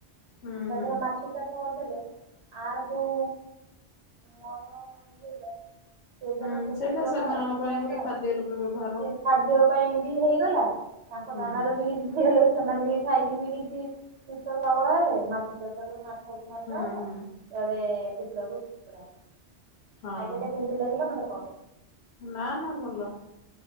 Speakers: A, on the left; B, on the right.
A: ହୁଁ
B: ତା
A: ହୁଁ।
B: ରେ ମାଛ ଚା ପର୍ ଦେଲେ ଆର ଯଉ ମଳ ଇଏ ଗୁ। <inaudible>
A: ହୁଁ ସେଇଟା ସେମାନଙ୍କ ପାଇଁ <unintelligible>
B: ଖାଦ୍ୟ ପାଇଁ ବି ହେଇଗଲା। ତାଙ୍କ
A: ହୁଁ
B: ଦାନା ରୁ ବି କିଛି ହେଇ ଲେବି ସେମାନେ ବି ଖାଇକି ବି କିଛି ସୁସ୍ଥ ସବଳ ହେଲେ। ମାଛ ଚାଷ କୁ ମାଛ କୁ ମାଛ
A: ହୁଁ
B: ହେଲା,
A: ହୁଁ।
B: ଇଆଡ଼େ କୁକୁଡ଼ା କୁ କୁକୁଡ଼ା
A: ହଁ
B: ଲାଗିଲା ମତେ କ।
A: ନା ନା ଭଲ,